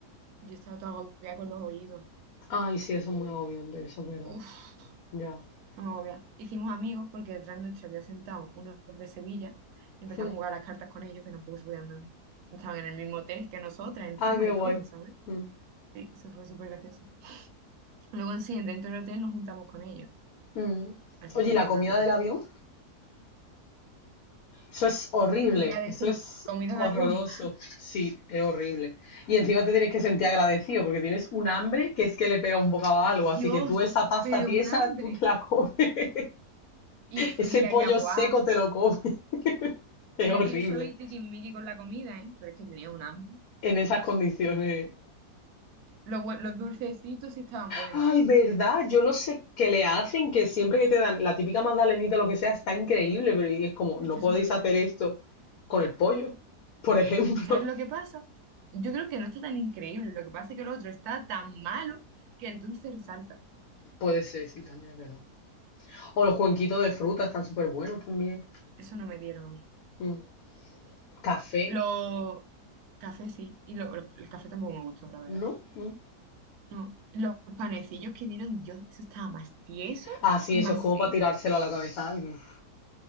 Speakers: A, on the right; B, on the left.
A: yo estaba toda agobiada con los oídos.
B: Ay, sí, eso es muy agobiante, eso es verdad.
A: Uf,
B: Ya. <laughs>
A: estaba agobiada. Hicimos amigos porque detrás nuestro había sentado unos de Sevilla y empezamos
B: Mm.
A: a jugar a las cartas con ellos que tampoco se podían dormir. Estaban en el mismo hotel que nosotras, encima
B: Ah, qué
A: y
B: guay.
A: todo, ¿sabes?
B: Mm.
A: Sí, eso fue súper gracioso. Luego en sí, dentro del hotel nos juntamos con ellos.
B: Mm.
A: Así
B: Oye,
A: que
B: ¿y la comida
A: nos lo pasamos
B: del avión?
A: muy bien.
B: Eso es horrible,
A: ¿Qué te voy a decir?
B: eso es
A: Comida
B: horroroso.
A: de avión.
B: Sí, es horrible. Y encima te tienes que sentir agradecido porque tienes un hambre que es que le pega un bocado a
A: Dios,
B: algo. Así que tú esa pasta
A: pero
B: tiesa,
A: un hambre.
B: tú te la comes. <laughs>
A: Y fría
B: Ese pollo
A: y agua.
B: seco te lo comes. <laughs> Es
A: Mira
B: horrible.
A: que yo soy tiquismiqui con la comida, ¿eh? Pero es que tenía un hambre.
B: En esas condiciones.
A: Los, bue- los dulcecitos sí estaban buenos.
B: Ay, verdad, yo no sé qué le hacen, que siempre que te dan la típica magdalenita o lo que sea, está increíble, pero y es como,
A: Está
B: no podéis
A: súper bueno.
B: hacer esto con el pollo, por ejemplo.
A: ¿Sabes lo que pasa? Yo creo que no está tan increíble. Lo que pasa es que el otro está tan malo que el dulce resalta.
B: <laughs> Puede ser, sí, también es verdad. O los cuenquitos
A: Y
B: de fruta están súper buenos también.
A: Eso no me dieron a mí.
B: Mm. Café,
A: Los cafés sí. Y lo- lo- el café tampoco me gustó, la verdad.
B: ¿no? Mm.
A: No. Los panecillos que dieron, Dios, eso estaba más tieso
B: Ah, sí,
A: y
B: eso
A: más
B: es como
A: seco.
B: para tirárselo a la cabeza a alguien.